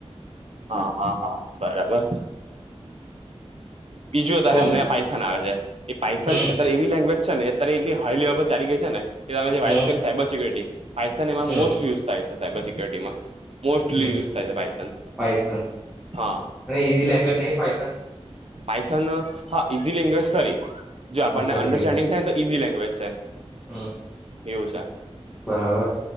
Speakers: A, on the right (about 60°); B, in the centre.
A: હા હા હા બરાબર બીજું અત્યારે
B: કોમ્પ્યુટર
A: અમને આ પાઇથન આવે છે એ પાઇથન
B: હમ
A: અત્યારે એવી લેંગ્વેજ છે ને અત્યારે એટલી હાઈ લેવલ પર ચલી ગઈ છે ને કે ત જે વાત
B: હમ
A: કરી સાયબર સિક્યોરિટી આઇથન એમાં
B: હમ
A: મોસ્ટ યુઝ ાય સાયબર સિકરિટીમાં મોસ્ટલી
B: હમ
A: યુઝ થાય છે બાય ચાન્સ
B: પાયથન
A: હા
B: અને ઝી લેંગ્વેજ નહીં ભાય થાય
A: પાઇથન હા ઈઝી લેંગ્વેજ ખરી જો આપણને
B: કમ્પેરેટિવ
A: અન્ડરસ્ટેન્ડિંગ થાય ને તો ઈઝી લેંગ્વેજ છે
B: હમ
A: એવું છે
B: બરાબર